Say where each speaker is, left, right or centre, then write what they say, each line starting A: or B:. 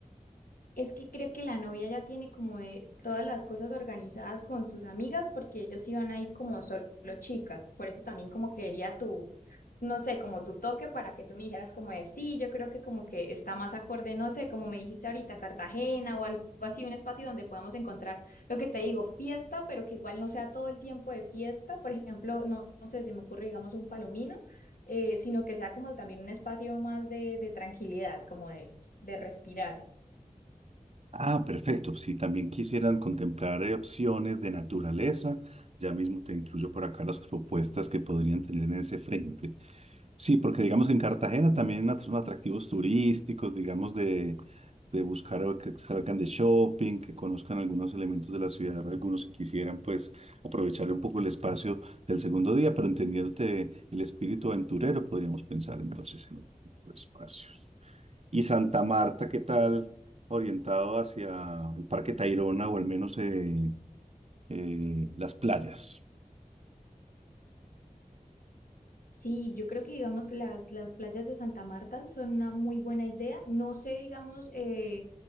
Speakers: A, on the left; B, on the right.
A: Es que creo que la novia ya tiene como de todas las cosas organizadas con sus amigas porque ellos iban a ir como solo chicas. Por eso también como que quería tu, no sé, como tu toque para que tú me dijeras como de sí, yo creo que como que está más acorde, no sé, como me dijiste ahorita, Cartagena o algo así, un espacio donde podamos encontrar lo que te digo, fiesta, pero que igual no sea todo el tiempo de fiesta. Por ejemplo, no, no sé, se me ocurre, digamos, un palomino. eh, sino que sea como también un espacio más de, de tranquilidad, como de, de respirar.
B: Ah, perfecto. Si también quisieran contemplar eh, opciones de naturaleza, ya mismo te incluyo por acá las propuestas que podrían tener en ese frente. Sí, porque digamos que en Cartagena también at- son atractivos turísticos, digamos, de, de buscar o que salgan de shopping, que conozcan algunos elementos de la ciudad, algunos que quisieran pues aprovechar un poco el espacio del segundo día, pero entendiéndote el espíritu aventurero, podríamos pensar entonces en otro tipo de espacios. Y Santa Marta, ¿qué tal? Orientado hacia el Parque Tayrona o al menos eh, eh, las playas.
A: Sí, yo creo que digamos las, las playas de Santa Marta son una muy buena idea. No sé, digamos, eh,